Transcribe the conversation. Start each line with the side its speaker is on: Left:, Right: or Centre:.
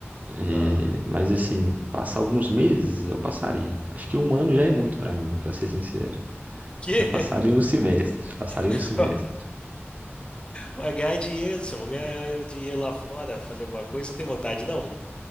Right: É,
Left: Ah.
Right: mas assim, passar alguns meses eu passaria. Acho que um ano já é muito pra mim, pra ser sincero.
Left: Que?
Right: Eu passaria um semestre, passaria
Left: <laughs>
Right: um semestre.
Left: Vai ganhar dinheiro, só vou ganhar o dinheiro lá fora, fazer alguma coisa, não tem vontade, não.